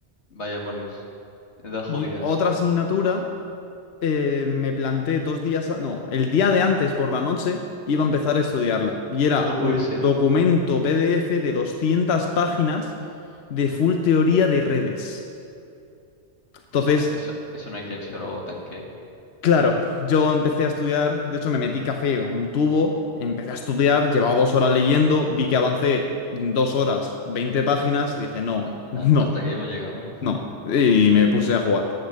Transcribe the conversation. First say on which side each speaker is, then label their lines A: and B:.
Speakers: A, on the left; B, on the left.
A: Vaya por Dios. Edad jodidas.
B: Y otra asignatura, eh, me planté dos días, a- no, el día de antes por la noche iba a empezar a estudiarla. Y era
A: No puede
B: un
A: ser.
B: documento PDF de 200 páginas de full teoría de redes. Entonces,
A: Hostia, eso, eso no hay quien se lo tanque.
B: claro, yo empecé a estudiar, de hecho me metí café a un tubo, empecé a estudiar, llevaba dos horas leyendo, vi que avancé dos horas, 20 páginas y dije, no,
A: No,
B: no,
A: hasta aquí hemos llegado.
B: no.
A: <laughs>
B: Y me puse a jugar.